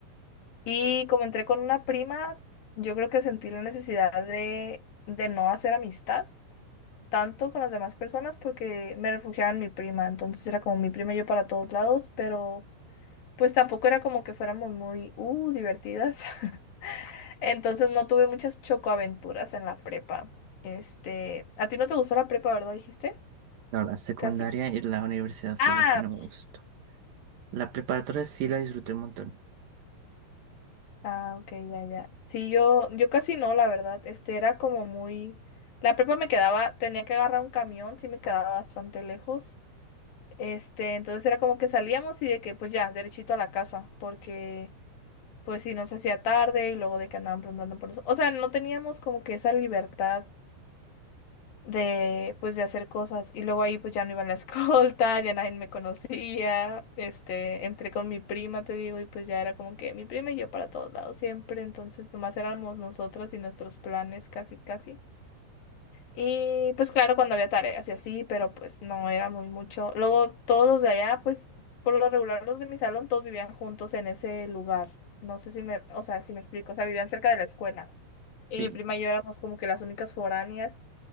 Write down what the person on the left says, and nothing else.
Y como entré con una prima, yo creo que sentí la necesidad de, de no hacer amistad tanto con las demás personas porque me refugiaba en mi prima. Entonces era como mi prima y yo para todos lados, pero pues tampoco era como que fuéramos muy, uh, divertidas. <laughs> Entonces no tuve muchas chocoaventuras en la prepa. Este, ¿a ti no te gustó la prepa, verdad? Dijiste,
casi.
Ah,
Ah, ok, ya, ya. Sí, yo, yo casi no, la verdad. Este era como muy. La prepa me quedaba, tenía que agarrar un camión, sí me quedaba bastante lejos. Este, entonces era como que salíamos y de que, pues ya, derechito a la casa, porque, pues sí, nos hacía tarde y luego de que andaban preguntando por nosotros. O sea, no teníamos como que esa libertad de pues de hacer cosas y luego ahí pues ya no iba en la escolta, <laughs> ya nadie me conocía, este, entré con mi prima, te digo, y pues ya era como que mi prima y yo para todos lados siempre, entonces nomás éramos nosotras y nuestros planes casi casi. Y pues claro, cuando había tareas y así, pero pues no era muy mucho. Luego todos los de allá, pues por lo regular los de mi salón, todos vivían juntos en ese lugar. No sé si me, o sea, si me explico, o sea, vivían cerca de la escuela. Y
mi prima y yo éramos como que las únicas foráneas